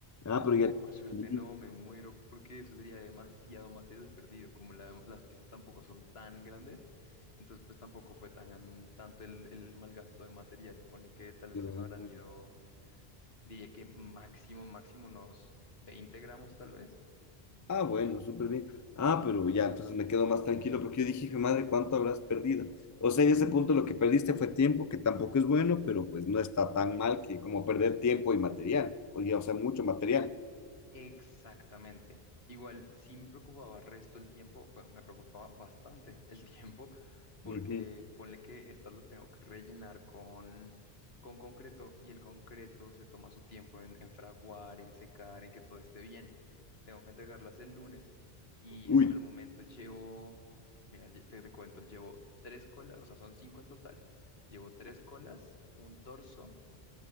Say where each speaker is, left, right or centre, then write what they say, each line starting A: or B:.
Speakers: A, on the left (about 30°); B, on the left (about 70°).
A: Ah,
B: No,
A: pero ya.
B: por suerte
A: Mm,
B: no, me muero, porque eso sería demasiado material perdido, como la- las piezas tampoco son tan grandes, entonces pues tampoco fue tan tanto el, el mal gasto de material, ponle que tal vez
A: claro.
B: se me habrán ido, diría que máximo, máximo unos 20 gramos tal vez,
A: Ah, bueno, súper bien. Ah, pero ya, entonces me quedo más tranquilo porque yo dije, hijo de madre, ¿cuánto habrás perdido? O sea, en ese punto lo que perdiste fue tiempo, que tampoco es bueno, pero pues no está tan mal que como perder tiempo y material, o ya, o sea, mucho material.
B: Exactamente. Igual, sí me preocupaba resto el tiempo, bueno, me preocupaba bastante el <laughs> tiempo, porque
A: Ujú.
B: ponle que estas las tengo que rellenar con, con concreto y el concreto se toma su tiempo en, en fraguar, en secar, en que todo esté bien. Tengo que entregarlas el lunes y
A: Uy,
B: hasta el momento <laughs> llevo, mira, lle- te, te cuento, llevo tres colas, o sea, son cinco en total. Llevo tres colas, un torso,